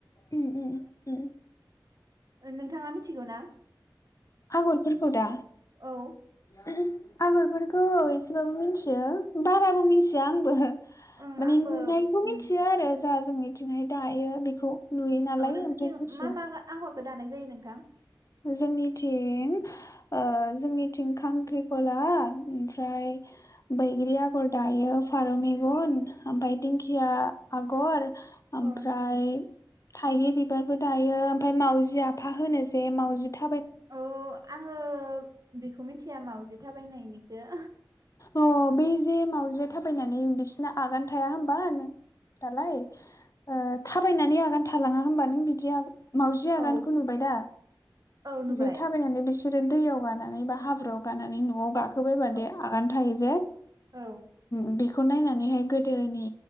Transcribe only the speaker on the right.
नोंथाङा मिथिगौ ना
औ
ओं
आंबो
उम
औ नोंसोरनिथिं
मा मा आगर गो दानाय जायो नोंथां
औ
औ आङो बेखौ मिथिया मावजि फिथा थाबायनायनिखो
औ
औ नुबाय
औ
औ